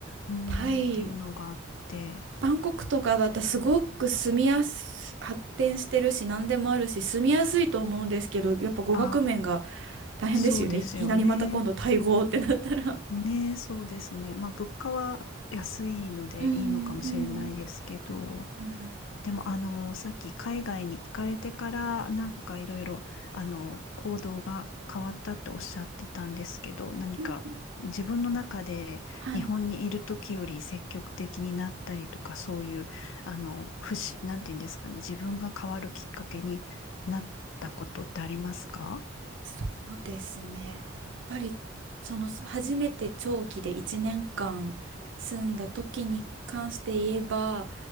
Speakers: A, on the left; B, on the right.
A: うーん、
B: タイ、
A: っていうのがあって、
B: バンコクとかだったらすごく住みやす、発展してるし何でもあるし住みやすいと思うんですけど、やっぱ語学面が
A: あ、
B: 大変ですよね。
A: そうですよね。
B: いきなりまた今度タイ語ってなったら。
A: ねえ、そうですね。まあ、物価は安いのでいいのかもしれないですけど、
B: うんうんうんうん
A: でも、あの、さっき海外に行かれてから、なんかいろいろ、あの、行動が変わったっておっしゃってたんですけど、何か自分の中で日本にいる時より積極的になったりとか、
B: うんはい。
A: そういう、あの、不思なんていうんですかね、自分が変わるきっかけになったことってありますか
B: そうですね。やっぱりそのす初めて長期で1年間住んだ時に関して言えば、